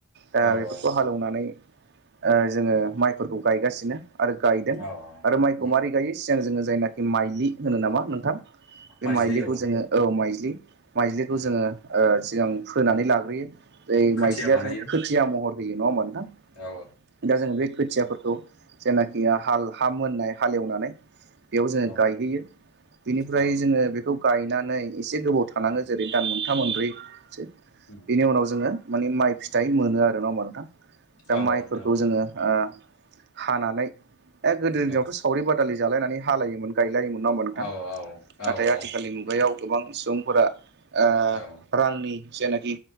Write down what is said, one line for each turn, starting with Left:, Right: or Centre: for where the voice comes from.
Right: दा
Left: औ
Right: बेफोरखौ
Left: औ
Right: हालेवनानै ओ जोङो माइफोरखौ गायगासिनो आरो गायदों
Left: औ
Right: आरो माइखौ
Left: उम
Right: मारै गायै सिगां जोङो जायनाखि माइजि होनो नामा नोंथां बे
Left: माइज्लि
Right: माइलिखौ
Left: औ
Right: जोङो औ माइ लि माइज्लिखौ
Left: उम
Right: जोङो सिगां फोनानै लाग्रोयो जै
Left: खोथिया
Right: माइज्लिया
Left: बानायो
Right: थ' खोथिया महर होयो नङा होमबा नोंथां
Left: औ
Right: दा जोङो बे खोथियाफोरखौ खौ जेनाखि हाल हा मोननाय हालोवनानै बेयाव जोङो
Left: औ
Right: गायहैयो इनिफ्राय
Left: औ
Right: जोङो बेखौ गायनानै एसे गोबाव थानाङो
Left: उम
Right: जेरै दान मोनथा मोनब्रै सो
Left: उम
Right: बेनि उनाव जोङो माने माइ फिथाइ मोनो आरो नंआ होमबा नोंथां
Left: औ
Right: दा माइफोरखौ
Left: औ नोंथां औ
Right: जोङो ओ हानानै ए गोदो दिनावथ'
Left: औ
Right: सावरि बादालि जालायनानै हालायोमोन गायलायोमोन नङा होमबा नोंथां
Left: औ औ
Right: नाथाय
Left: औ
Right: आथिखालनि मुगायाव गोबां बुरा <inaudible> ओ
Left: नोंथां
Right: रांनि जेनाखि